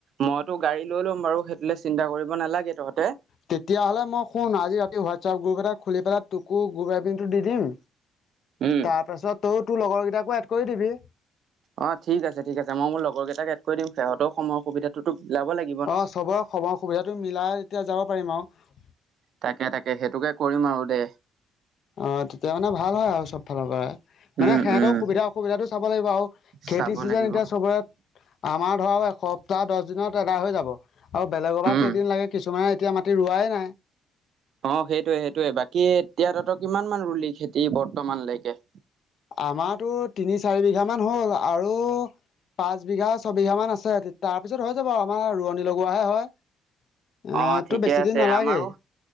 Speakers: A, on the right; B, on the left.
A: মইতো গাড়ী লৈ ল'ম বাৰু সেই টোলে চিন্তা কৰিব নালাগে তহঁতে।
B: তেতিয়া হ'লে মই শুন আজি ৰাতি হোৱাটছআপ গ্ৰুপ এটা খুলি পেলাই তোকো গ্ৰুপ এডমিন টো দি দিম
A: উম
B: তাৰ পাছত তয়ো তোৰ লগৰ কেইটাকো এড কৰি দিবি।
A: অ'ঠিক আছে, ঠিক আছে ময়ো মোৰ লগৰকেইটাক এড কৰি দিম। সিহঁতেও সময়ৰ সুবিধাটোতো মিলাব লাগি
B: অ'চবৰে সময় সুবিধাটো মিলাই তেতিয়া যাব পাৰিম আৰু।
A: তাকে, তাকে সেইটোকে কৰিম আৰু দে।
B: অ'তেতিয়া মানে ভাল হয় আৰু চব ফালৰ পৰা। মানে
A: উম
B: সেহেতেও
A: উম
B: সুবিধা অসুবিধাটো চাব লাগিব আৰু খেতি
A: চাব
B: চিজন
A: লাগিব
B: এতিয়া চবৰে আমাৰ ধৰা আৰু এসপ্তাহ দছ দিনত আদায় হৈ যাব আৰু বেলেগৰ বা
A: উম
B: কেইদিন লাগে। কিছুমানে এতিয়া মাটি ৰোৱাই নাই।
A: অ'সেইটোৱে, সেইটোৱে বাকী এতিয়া তহতৰ কিমান মান ৰুলি খেতি বৰ্তমানলৈকে?
B: আমাৰ টোৰ তিনি, চাৰি বিঘা মান হ'ল আৰু পাঁচ বিঘা-ছবিঘা মান আছে তে তাৰ পিছত হৈ যাব আৰু আমাৰ ৰোৱনী লগোৱাহে হয়। এ,
A: অ ঠিকে
B: তোৰ বেছি
A: আছে
B: দিন নালাগেই।
A: আমাৰো